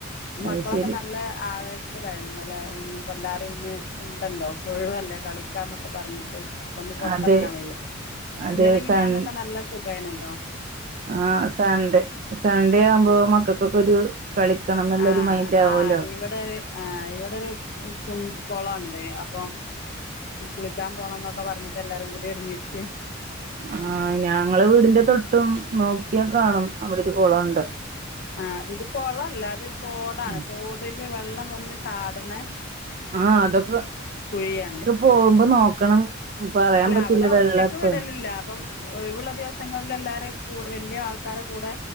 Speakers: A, on the right; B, on the left.
A: അത്
B: മക്കളൊക്കെ
A: ശരി
B: നല്ലെ ആവേ ശത്തിലാ ഇന്നലെ ഇ <unintelligible> പ്പോ എല്ലാരും ന്ന് ഇണ്ടല്ലോ ഒഴുവല്ലേ കളിക്കാന്നൊക്കെ പർഞ്ഞിട്ട് അപ്പാെന്ന് പൊർത്തെർങ്ങാൻ
A: അതെ
B: വെയ്യ
A: അതെ
B: ഇന്നലിം
A: സൺ
B: മിനിയാന്നൊക്കെ നല്ല സുഖായ്നല്ലോ
A: ആഹ് സാൺഡ് സാൺഡേ ആവുമ്പോ മക്കക്കൊക്കാെരു കളിക്കണം എന്നുള്ളൊരു
B: ആഹ്
A: മൈൻഡ് ആവുമല്ലോ
B: ആഹ് ഇവിടൊര് ആഹ് ഇവിടൊര് കു കോളൊണ്ട് അപ്പം കുളിക്ക്യാൻ പോണംന്നാെക്ക പർഞ്ഞിട്ട് എല്ലാരും കൂടി ഒരുമിച്ച്
A: ആഹ് ഞങ്ങളെ വീടിന്റെ തൊട്ടും നോക്ക്യാ കാണും അവിടാെര് കൊളോണ്ട്
B: ആഹ് ഇത് കൊളല്ലാ ഇത് തോടാണ്
A: ഉം
B: തോട്ല് വെള്ളം വന്ന് ചാട്ണെ
A: ആഹ് അതൊക്കെ
B: കുഴ്യാണ്
A: പോവുമ്പം നോക്കണം പറയാൻ
B: അല്ല
A: പറ്റൂല
B: അവിടെ
A: വെള്ളം
B: ഒറ്റക്ക്
A: എപ്പഴാ
B: വിടൽല്ല പ്പം ഒഴിവ്ള്ള ദിവസങ്ങളിലെല്ലാരെയും കൂ വല്യെ ആൾക്കാരെ കൂടെ